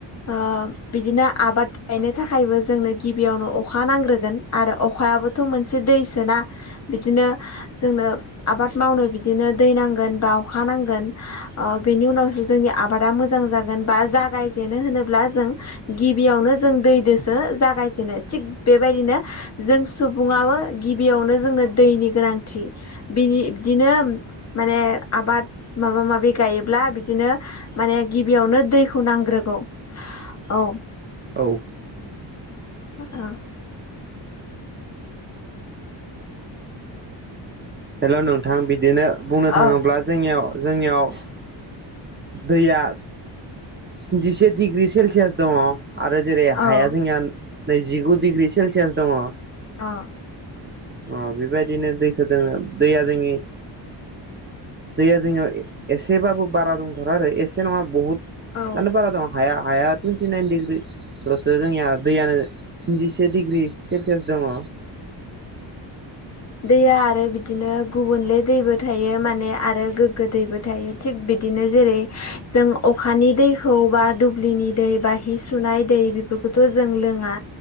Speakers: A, on the left (about 35°); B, on the right (about 25°).
A: ओ बिदिनो आबाद गायनो थाखायबो जोंनो गिबियावनो अखा नांग्रोगोन आरो अखायाबोथ' मोनसे दैसोना बिदिनो जोंनो आबाद मावनो बिदिनो दै नांगोन बा अखा नांगोन ओ बेनि उनावसो जोंनि आबादा मोजां जागोन बा ओ जागायजेनो होनोब्ला जों गिबियावनो जों दैदोसो जागायजेनो थिग बेबायदिनो जों सुबुङाबो गिबियावनो जोंनो दैनि गोनांथि। बिनि बिदिनो माने आबाद माबा माबि गायोब्ला बिदिनो माने गिबियावनो दैखौ नांग्रोगौ औ
B: औ
A: औ
B: हेल' नोंथां बिदिनो बुंनो
A: औ
B: थाङोब्ला जोंनियाव जोंनियाव दैया स्निजिसे डिग्रि सेलसियास दङ आरो जेरै
A: औ
B: हाया जोंया नैजिगु डिग्रि सेलसियास दङ
A: औ
B: अ बेबायदिनो दैखौ जोङो दैया जोंनि दैया जोंनियाव एसेबाबो बारा दंथारो आरो एसे नङा बहुत
A: औ
B: दानो बारा दङ हाया हाया टुन्टिनाइन दिग्रि <unintelligible> जोंनिया दैयानो स्निजिसे डिग्रि सेलसियास दङ
A: दैया आरो बिदिनो गुबुनले दैबो थायो माने आरो गोग्गो दैबो थायो थिग बिदिनो जेरै- जों अखानि दैखौ बा दुब्लिनि दै बा हि सुनाय दै बे बेखौथ' जों लोङा।